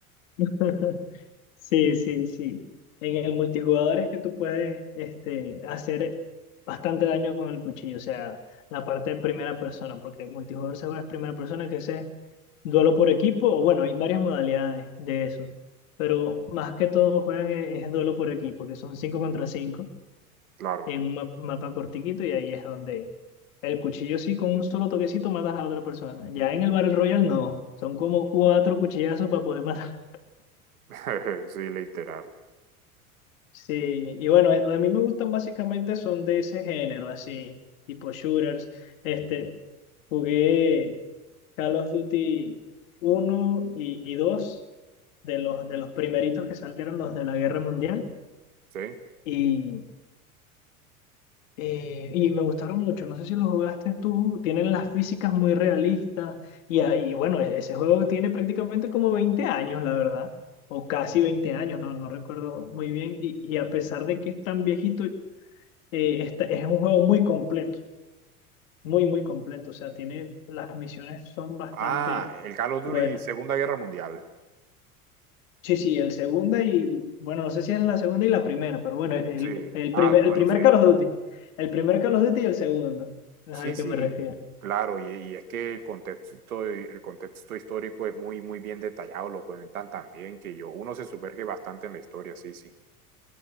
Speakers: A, on the left (about 60°); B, on the right (about 70°).
A: <laughs> Sí, sí, sí. En el multijugador es que tú puedes este, hacer bastante daño con el cuchillo, o sea, la parte de primera persona, porque el multijugador se juega en primera persona, que ese es duelo por equipo, o bueno, hay varias modalidades de eso, pero más que todo juegan es, es duelo por equipo, que son 5 contra 5
B: claro.
A: en un ma- mapa cortiquito y ahí es donde el cuchillo sí con un solo toquecito matas a otra persona. Ya en el Battle Royale no, son como cuatro cuchillazos para poder <laughs> matar.
B: <laughs> Sí, literal.
A: Sí, y bueno, a a mí me gustan básicamente son de ese género, así, tipo shooters. Este, jugué Call of Duty uno y, y 2 de los, de los primeritos que salieron los de la Guerra Mundial.
B: Sí.
A: Y Eh, y me gustaron mucho, no sé si lo jugaste tú, tienen las físicas muy realistas y, ahí, bueno, e- ese juego tiene prácticamente como 20 años, la verdad, o casi 20 años, no, no recuerdo muy bien, y, y a pesar de que es tan viejito, eh, está- es un juego muy completo, muy, muy completo, o sea, tiene, las misiones son bastante
B: Ah, el Call of Duty
A: buenas.
B: Segunda Guerra Mundial.
A: Sí, sí, el segunda y, bueno, no sé si es la segunda y la primera, pero bueno, el,
B: Sí.
A: el
B: Ah,
A: primer,
B: bueno,
A: el primer
B: sí.
A: Call of Duty, el primer Call of Duty y el segundo, es
B: Sí,
A: al
B: sí.
A: que me refiero.
B: Claro, y, y es que el contexto, el contexto histórico es muy, muy bien detallado, lo cuentan tan bien que yo, uno se sumerge bastante en la historia, sí, sí.